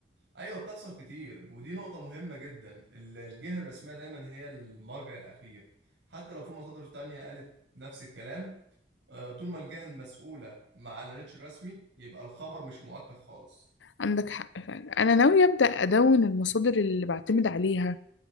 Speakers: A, on the right; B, on the left.
A: أيوة بتحصل كتير ودي نقطة مهمة جدا ال- الجهة الرسمية دايما هي المرجع الأخير حتى لو في مصادر تانية قالت نفس الكلام آه، طول ما الجهة المسؤولة ما أعلنتش رسمي يبقى الخبر مش مؤكد خالص
B: عندك حق فعلا أنا ناوية أبدأ أدون المصادر اللي بعتمد عليها